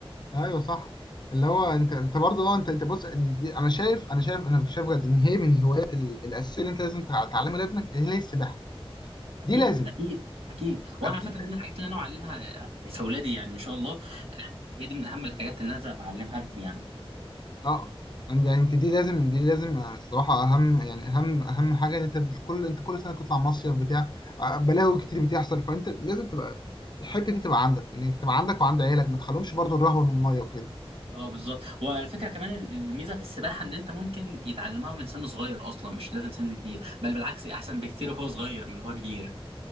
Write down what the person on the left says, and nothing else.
ايوه صح اللي هو انت انت برضه اه انت انت بص إن دي- انا شايف انا شايف انا شايف بجد ان هي من الهوايات ال- الاساسيه اللي انت لازم تع- تعلمها لابنك هي السباحه
دي لازم
اكيد
اه يعني انت دي لازم دي لازم آه، الصراحه اهم يعني اهم اهم حاجه ان انت كل انت كل سنه بتطلع مصيف بتاع آه، بلاوي كتير بتحصل فانت لازم تبقى الحته دي تبقى عندك اللي انت تبقى عندك وعند عيالك ما تخليهمش برضو الرهبه من الميه وكده